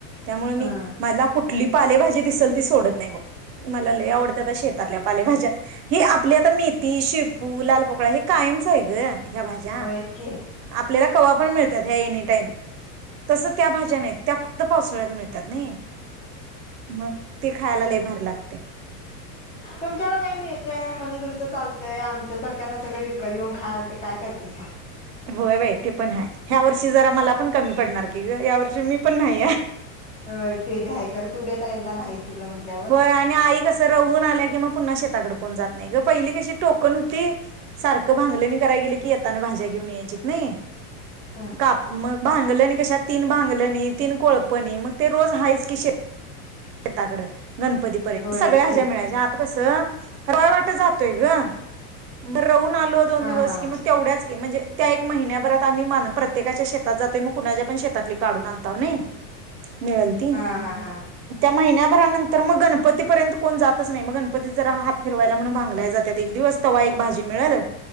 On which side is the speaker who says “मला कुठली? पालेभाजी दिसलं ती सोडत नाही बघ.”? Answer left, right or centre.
Right